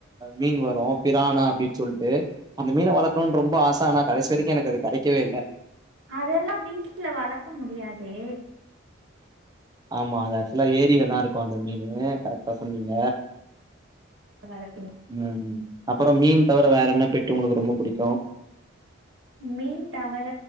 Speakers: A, on the right; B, on the right.
A: மீன் வரும் பிராணா அப்டின்னு சொல்லிட்டு அந்த மீன வளக்கணும்னு ரொம்ப ஆசை ஆனா கடைசி வரைக்கும் எனக்கு அது கிடைக்கவேயில்ல
B: அதெல்லாம் வீட்டுல வளக்க முடியாதே
A: ஆமா அது ஆக்சுவலா ஏரியில தாருக்கும் அந்த மீனு கரெக்டா சொன்னீங்க
B: வளப்பீங்க
A: உம் அப்றம் மீன் தவிர வேற என்ன பெட்டு உங்களுக்கு ரொம்ப பிடிக்கும்
B: மீன் தவிர